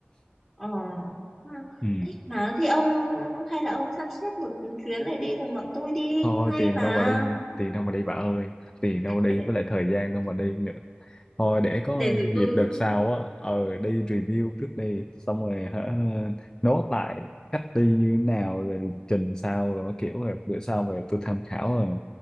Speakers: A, in the centre; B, on the left (about 15°).
A: ờ, ừ,
B: ừ.
A: thích mà thì ông hay là ông sắp xếp một chuyến này đi cùng bọn tôi đi
B: thôi
A: cũng hay
B: tiền
A: mà
B: đâu mà đi tiền đâu mà đi bà ơi tiền đâu mà
A: <laughs>
B: đi với lại thời gian đâu mà đi nữa thôi để có
A: để tụi
B: dịp
A: tôi
B: đợt sau á ờ đi review trước đi xong rồi hả nốt lại cách đi như thế nào rồi trình sao rồi kiểu rồi bữa sau về tôi tham khảo rồi